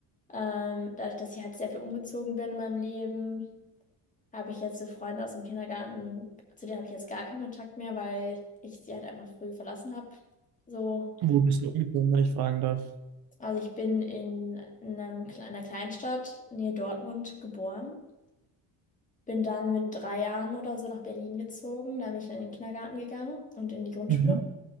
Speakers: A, on the left; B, on the right.
A: Ähm, dadurch, dass ich halt sehr viel umgezogen bin in meinem Leben, habe ich jetzt so Freunde aus dem Kindergarten, zu denen habe ich jetzt gar keinen Kontakt mehr, weil ich sie halt einfach früh verlassen habe. So,
B: Wo bist du umgezogen, wenn ich fragen darf?
A: also ich bin in einem, Kle- einer Kleinstadt, nähe Dortmund, geboren. Bin dann mit drei Jahren oder so nach Berlin gezogen. Da bin ich dann in den Kindergarten gegangen und in die Grundschule.
B: Mhm.